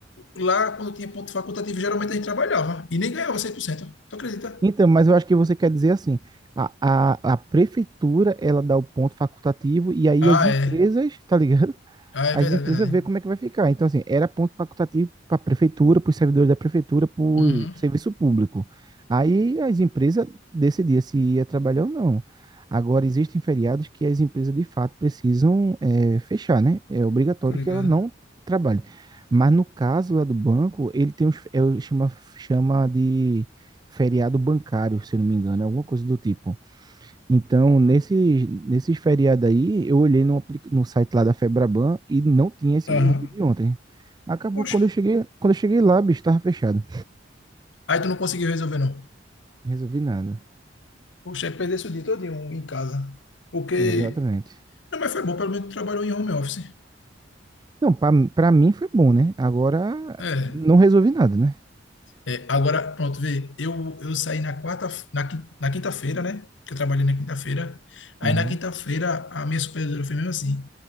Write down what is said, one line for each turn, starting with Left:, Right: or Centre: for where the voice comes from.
Left: lá quando tinha ponto facultativo, geralmente a gente trabalhava e nem ganhava 100%, Tu acredita?
Right: Então, mas eu acho que você quer dizer assim, a, a, a prefeitura, ela dá o ponto facultativo e aí
Left: Ah,
Right: as empresas,
Left: é.
Right: tá ligado?
Left: Ah, é
Right: as
Left: verdade,
Right: empresas
Left: verdade.
Right: ver como é que vai ficar. Então, assim, era ponto facultativo para a prefeitura, para os servidores da prefeitura, para o
Left: Uhum,
Right: serviço público. Aí as empresas decidiam se ia trabalhar ou não. Agora, existem feriados que as empresas, de fato, precisam é, fechar, né? É obrigatório
Left: tô ligado.
Right: que ela não trabalhe. Mas no caso lá do banco, ele tem os, é, o- chama, chama de feriado bancário, se eu não me engano, é alguma coisa do tipo. Então, nesses, nesses feriados aí, eu olhei no, apli- no site lá da Febraban e não tinha esse
Left: Aham.
Right: o dia de ontem. Acabou
Left: Poxa,
Right: quando eu cheguei, quando eu cheguei lá, bicho, tava fechado.
Left: Aí tu não conseguiu resolver, não.
Right: Resolvi nada.
Left: Poxa, aí perdesse o dia todinho em casa. Porque.
Right: Exatamente.
Left: Não, mas foi bom, pelo menos tu trabalhou em home office.
Right: Não, pra, pra mim foi bom, né? Agora
Left: É.
Right: não resolvi nada, né?
Left: É, agora, pronto, vê, eu, eu saí na quarta, na, quin- na quinta-feira, né? Que eu trabalhei na quinta-feira. Aí
Right: Uhum.
Left: na quinta-feira a minha supervisora foi mesmo assim: